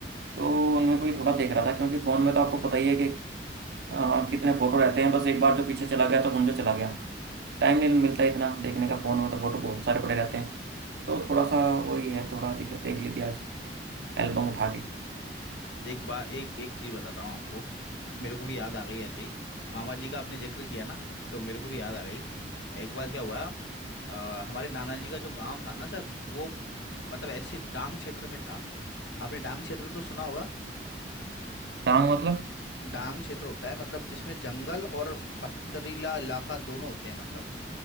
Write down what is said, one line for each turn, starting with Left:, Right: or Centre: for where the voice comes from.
Right: तो उनमें कोई थोड़ा देख रहा था क्योंकि फ़ोन में तो आपको पता ही है कि अ, कितने फ़ोटो रहते हैं बस एक बार जो पीछे चला गया तो समझो चला गया टाइम नहीं मिलता इतना देखने का फ़ोन में तो फ़ोटो बहुत सारे पड़े रहते हैं तो थोड़ा सा वही है थोड़ा दिख देख ली थी आज
Left: अच्छा
Right: एल्बम उठा के
Left: एक बार एक एक चीज़ बताता हूँ आपको मेरे को भी याद आ गई ऐसे ही मामा जी का आपने जिक्र किया ना तो मेरे को भी याद आ गई एक बार क्या हुआ अ, हमारे नाना जी का जो गांव था ना सर वो मतलब ऐसे डांग क्षेत्र में था आपने डांग क्षेत्र तो सुना होगा
Right: हाँ मतलब
Left: डांग क्षेत्र होता है मतलब जिसमें जंगल और पथरीला इलाका दोनों होते हैं मतलब